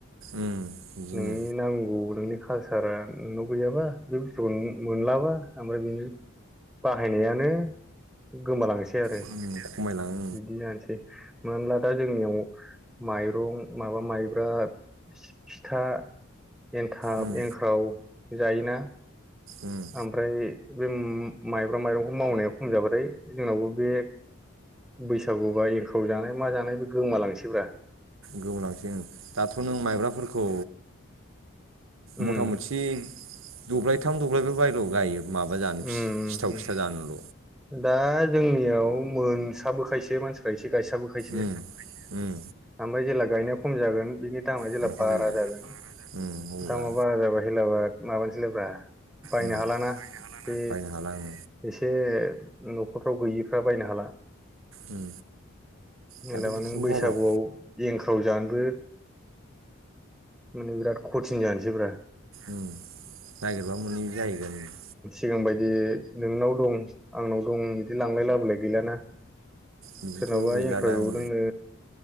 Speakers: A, on the right (about 70°); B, in the centre.
A: उम बिदिनो
B: नोंनि नांगौ नोंनि कालसारा नोंनाव गैयाबा बे बुस्थुखौ मोनलाबा ओमफ्राय बिनि बाहायनायानो गोमालांनोसै आरो
A: उम खमायलाङो
B: बिदि जानसै मानो होनब्ला दा जोंनियाव माइरं माबा माइब्रा फिथा एन्थाब
A: उम
B: एंख्राव जायोना
A: उम
B: आमफ्राय बे माइब्रा माइरंखौ मावनायाव खम जाबाथाय जोंहाबो बे बैसागुयावहाय थाव जानाय मा जानाय बे गोमालांसै ब्रा
A: गोमालांसिगोन ओम दाथ' नों माइब्राफोरखौ
B: उम
A: मथा मथि दब्लायथाम दब्लायब्रैबाबो गायो। माबा जानो
B: उम
A: सिथाव
B: उम
A: फिथा जानल'
B: दा जोंनियाव मोनसाबोखायसो मानसिफोरा इसे गायसाबोखायसो
A: उम उम
B: ओमफ्राय जेला गायनाया खम जागोन बिनि दामा जेला
A: होनबाथाय
B: बारा
A: गैला
B: जागोन
A: उम अब्ला
B: दामा बारा जाबा हेलाबाय माबानोसैलायब्रा बायनो
A: उम
B: हालाना बे
A: बायनो हाला उम
B: एसे ओम न'खरफ्राव गैयिफ्रा बायनो हाला।
A: उम
B: मेलाबा
A: दाथ' बिदिनो
B: नों बैसागुआव
A: जाबाय
B: एंखाव जानो बो माने बिराद कचिं जानोसै ब्रा।
A: उम नागिरबा मोनै जाहैगोन उम।
B: सिगां बायदि नोंनाव दं आंनाव दं बिदि लांलाय लाबोलाय गैलाना?
A: बिदिथ'
B: सोरनावबा
A: गैला
B: एंख्राव
A: दा
B: एवदोंनो
A: उम